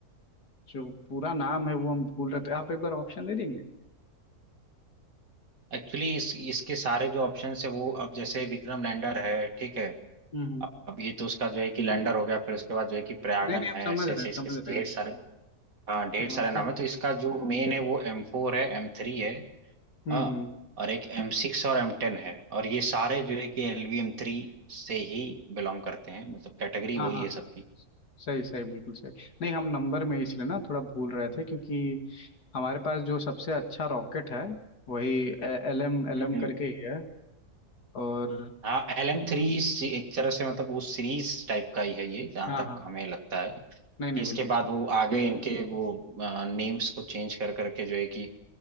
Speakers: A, on the left; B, on the right.
A: जो पूरा नाम है वो हम भूल रहे थे आप एक बार ऑप्शन दे देंगे
B: एक्चुअली इस इसके सारे जो ऑप्शन है वो अब जैसे विक्रम लैंडर है ठीक है
A: हम्म हम्म।
B: अब ये तो उसका जो है कि लैंडर हो गया फिर उसके बाद जो है कि प्रयागन
A: नहीं नहीं हम
B: है
A: समझ
B: ऐसे
A: रहे
B: ऐसे
A: हैं
B: इसके
A: समझ रहे
B: ढेर
A: हैं
B: सारे हाँ ढेर
A: रॉकेट
B: सारे नाम है तो इसका जो मेन है वो एम फोर है एम थ्री है
A: हम्म
B: हाँ
A: हम्म
B: और एक एम सिक्स और एम टेन है और ये सारे जो है कि एल वी एम थ्री से ही बिलोंग करते हैं मतलब कैटेगरी
A: हाँ
B: वही
A: हाँ
B: है सबकी
A: सही सही बिल्कुल सही नहीं हम नंबर में इसलिए ना थोड़ा भूल रहे थे क्योंकि हमारे पास जो सबसे अच्छा रॉकेट है वही एल एम एल
B: हम्म।
A: एम करके ही है और
B: हाँ एल एम थ्री एक तरह से मतलब वो सीरीज टाइप का ही है ये जहाँ
A: हाँ
B: तक
A: हाँ
B: हमें लगता है
A: नहीं नहीं
B: कि इसके
A: बिल्कुल सही
B: बाद वो आगे इनके वो नेम्स को चेंज कर करके जो है कि